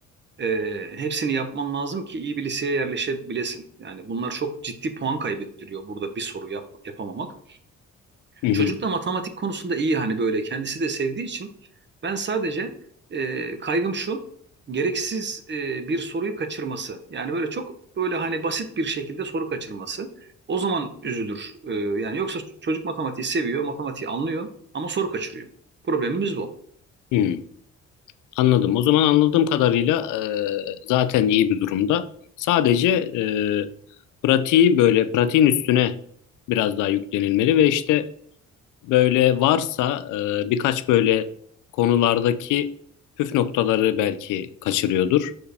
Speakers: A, on the right; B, on the left.
A: e, hepsini yapman lazım ki iyi bir liseye yerleşebilesin. Yani bunlar çok ciddi puan kaybettiriyor burada bir soru yap, yapamamak.
B: hı
A: Çocuk
B: hı,
A: da matematik konusunda iyi hani böyle kendisi de sevdiği için ben sadece e, kaygım şu gereksiz e, bir soruyu kaçırması. Yani böyle çok böyle hani basit bir şekilde soru kaçırması. O zaman üzülür. E, yani yoksa çocuk matematiği seviyor, matematiği anlıyor ama soru kaçırıyor. Problemimiz bu.
B: hı. Anladım. O zaman anladığım kadarıyla e, zaten iyi bir durumda. Sadece e, pratiği böyle pratiğin üstüne biraz daha yüklenilmeli ve işte böyle varsa e, birkaç böyle konulardaki püf noktaları belki kaçırıyordur.